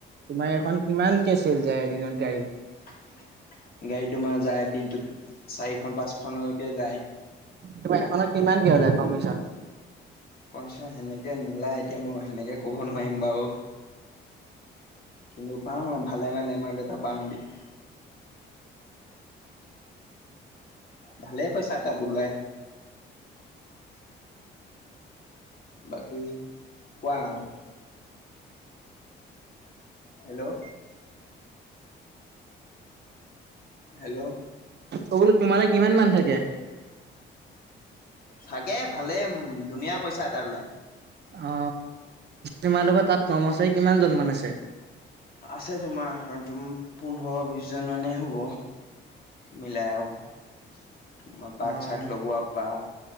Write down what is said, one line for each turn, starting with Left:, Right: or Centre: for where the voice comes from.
Right: তোমাৰ এইখন কিমান কে চেল যায় এদিনত গাড়ী?
Left: গাড়ী তোমাৰ যায় দিনটোত চাৰিখন পাঁচখনলৈকে যায়।
Right: তোমাৰ এখনত কিমান কে ওলাই কমিচন?
Left: কমিছন সেনেকে নোলায় এতিয়া মই সেনেকে ক'ব নোৱাৰিম বাৰু কিন্তু পাওঁ ভালে মানে এমাউণ্ট এটা পাওঁ দিয়া ভালেই পইচা এটা ওলাই বাকী কোৱা আৰু হেল্ল' হেল্ল'
Right: অ বোলো তোমালে কিমান মান থাকে
Left: থাকে ভালে উম ধুনীয়া পইচা এটা ওলাই
Right: অ তোমালোকৰ তাত কৰ্মচাৰী কিমান জন মান আছে
Left: আছে তোমাৰ তোম পোন্ধৰ বিশ জন মানেই হব মিলাইয়ো মই পাৰ্ট-চাৰ্ট
Right: অ',
Left: লগোৱা পা